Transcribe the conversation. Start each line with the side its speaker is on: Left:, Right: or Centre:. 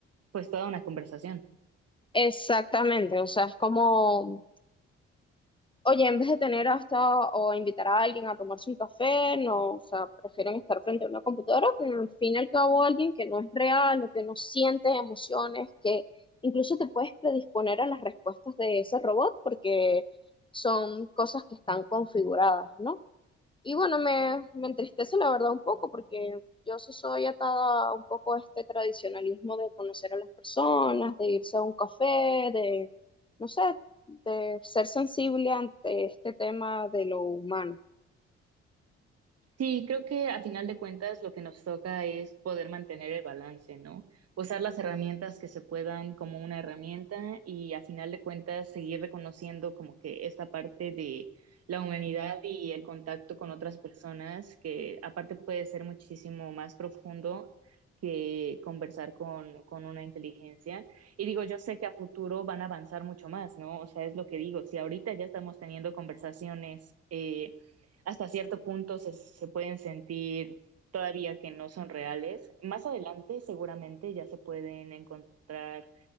Right: pues, toda una conversación.
Left: Exactamente, o sea, es como, oye, en vez de tener hasta o invitar a alguien a tomarse un café, no, o sea, prefieren estar frente a una computadora con al fin y al cabo alguien que no es real, o que no siente emociones, que incluso te puedes predisponer a las respuestas de ese robot porque son cosas que están configuradas, ¿no? Y bueno, me, me entristece la verdad un poco porque yo sí soy atada un poco a este tradicionalismo de conocer a las personas, de irse a un café, de, no sé, de ser sensible ante este tema de lo humano.
Right: Sí, creo que a final de cuentas lo que nos toca es poder mantener el balance, ¿no? Usar las herramientas que se puedan como una herramienta y a final de cuentas seguir reconociendo como que esta parte de la humanidad y el contacto con otras personas que aparte puede ser muchísimo más profundo que conversar con, con una inteligencia. Y digo, yo sé que a futuro van a avanzar mucho más, ¿no? O sea, es lo que digo, si ahorita ya estamos teniendo conversaciones. eh, hasta cierto punto se, se pueden sentir todavía que no son reales. Más adelante seguramente ya se pueden encontrar